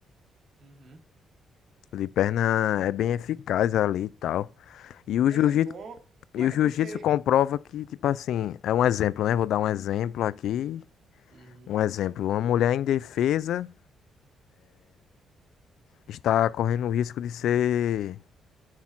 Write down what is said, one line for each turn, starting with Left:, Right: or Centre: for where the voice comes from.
Right: Uhum.
Left: O de perna é bem eficaz ali e tal. E o
Right: Ele
Left: jiu-jitsu,
Right: é bom,
Left: e
Right: mas
Left: o jiu-jitsu
Right: é porque.
Left: comprova que, tipo assim, é um exemplo, né? Vou dar um exemplo aqui.
Right: Uhum,
Left: Um exemplo. Uma mulher indefesa está correndo o risco de ser,